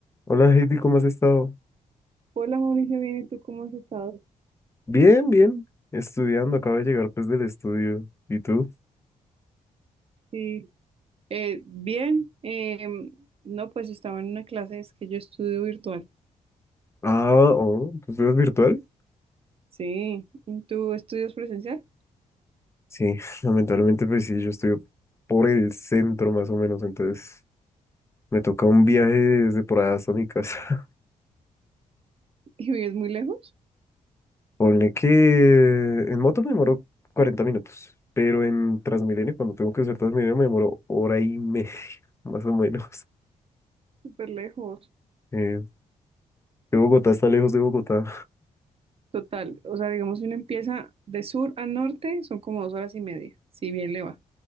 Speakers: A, on the left; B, on the right.
A: Hola Heidi, ¿cómo has estado?
B: Hola Mauricio, bien, ¿y tú cómo has estado?
A: Bien, bien. Estudiando, acabo de llegar pues del estudio. ¿Y tú?
B: Sí, eh, bien. em, no, pues estaba en una clase, es que yo estudio virtual.
A: Ah, oh, ¿tú estudias virtual?
B: Sí, ¿tú estudias presencial
A: Sí, <laughs> lamentablemente pues sí, yo estoy por el centro más o menos, entonces me toca un viaje desde por allá hasta mi casa.
B: <laughs> y vives muy lejos?
A: <laughs> Ponle que en moto me demoro 40 minutos, pero en Transmilenio, cuando tengo que usar Transmilenio, me demoro hora y media, <laughs> más o menos.
B: Súper lejos.
A: Eh, de Bogotá está lejos de Bogotá.
B: Total, o sea, digamos, si uno empieza de sur a norte, son como dos horas y media, si bien le va,